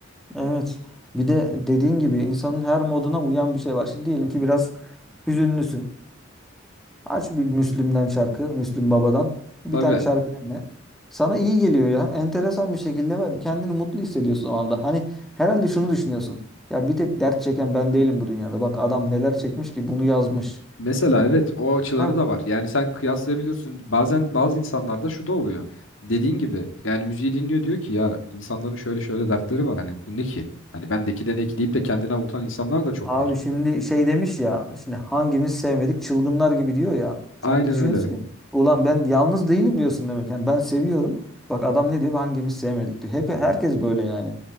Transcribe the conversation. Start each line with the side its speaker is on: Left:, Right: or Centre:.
Centre: Evet. Bir de dediğin gibi insanın her moduna uyan bir şey var. Şimdi diyelim ki biraz hüzünlüsün. Aç bir Müslüm'den şarkı, Müslüm Baba'dan. Bir
Left: Tabii.
Centre: tane şarkı dinle. Sana iyi geliyor ya. Enteresan bir şekilde var. Kendini mutlu hissediyorsun o anda. Hani herhalde şunu düşünüyorsun. Ya bir tek dert çeken ben değilim bu dünyada. Bak adam neler çekmiş ki bunu yazmış.
Left: Mesela evet o açıları
Centre: Ha,
Left: da var. Yani sen kıyaslayabiliyorsun. Bazen bazı insanlarda şu da oluyor. Dediğin gibi yani müziği dinliyor diyor ki ya insanların şöyle şöyle dertleri var hani bu ne ki? Hani bendeki de ne ki deyip de kendini avutan insanlar da çok
Centre: Abi
Left: var.
Centre: şimdi şey demiş ya. Şimdi hangimiz sevmedik çılgınlar gibi diyor ya. Sen
Left: Aynen
Centre: de düşünüyorsun
Left: öyle.
Centre: ki. Ulan ben yalnız değilim diyorsun demek. Yani ben seviyorum. Bak adam ne diyor? Hangimiz sevmedik diyor. Hep herkes böyle yani.